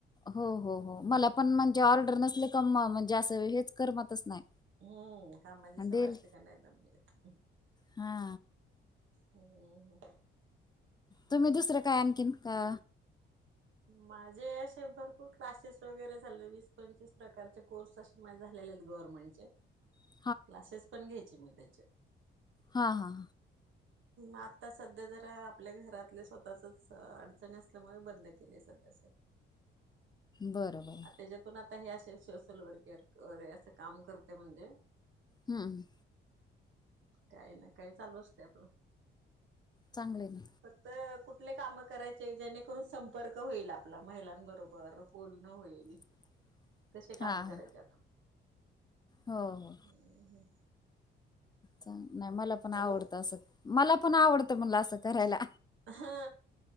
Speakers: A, on the left (about 20°); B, on the right (about 75°).
A: हो, हो, हो मला पण म्हणजे, ऑर्डर नसले क म्हणजे असं हेच करमतच नाही.
B: हम्म कामाची
A: हा,
B: सवय
A: डेल
B: असली का नाही दम निघत.
A: हा
B: हम्मम हम्!
A: तुम्ही दुसरं काय आणखीन का?
B: माझे असे भरपूर क्लासेस वगैरे झाले वीस पंचवीस प्रकारचे कोर्स असतात. माझं झालेले आहेत गव्हर्मेंटचे.
A: य.
B: क्लासेस पण घ्यायचे मी त्याचे.
A: हा! हा!
B: आता सध्या जरा आपल्या घरातले स्वतःचच अडचणी असल्यामुळे बंद केली सध्या.
A: बरं
B: आ.
A: बरं
B: आपण आता हे असे सोशल वर्क अरे असं काम करते म्हणजे?
A: हम्म.
B: काय ना काय चालू असते आपलं.
A: चांगले आहे.
B: फक्त कुठले काम करायचे जेणेकरून संपर्क होईल आपला महिलांबरोबर बोलणं होईल.
A: <unintelligible>
B: तसे काम
A: हा हा
B: करायच्यात?
A: हो हो!
B: हम्म.
A: चांग नाही मला पण
B: हॅलो
A: आवडतं असं मला पण आवडतं म्हला असं करायला.
B: हा